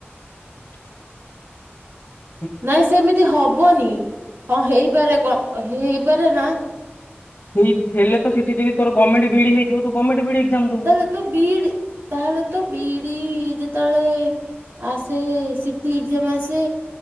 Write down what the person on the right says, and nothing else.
ନାଇଁ ସେମିତି ହବନି ହଁ ହେଇପାରେ କ <inaudible> ହେଇପାରେ ନା?
ତାହେଲେ ତ ବିଇଡ଼ି ତାହେଲେ ତ ବିଇଡ଼ି ଯେତେବେଳେ ଆସେ ସିଟି ଏଗ୍ଜାମ୍ ଆସେ